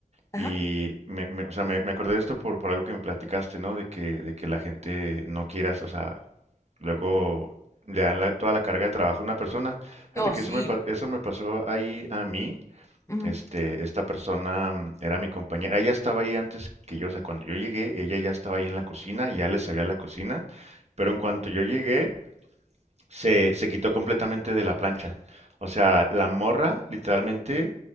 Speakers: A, on the left; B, on the right.
A: ajá.
B: y me, me- o sea, me, me acordé de esto por, por algo que me platicaste, ¿no? De que, de que la gente no quiera, o sea, luego le dan la- toda la carga de trabajo a una persona. Fíjate
A: Oh,
B: que
A: sí.
B: eso me, pa- eso me pasó ahí a mí.
A: mm,
B: Este, esta persona mm, era mi compañera. Ella estaba ahí antes que yo, o sea, cuando yo llegué, ella ya estaba ahí en la cocina, ya le sabía la cocina, pero en cuanto yo llegué, se, se quitó completamente de la plancha. O sea, la morra literalmente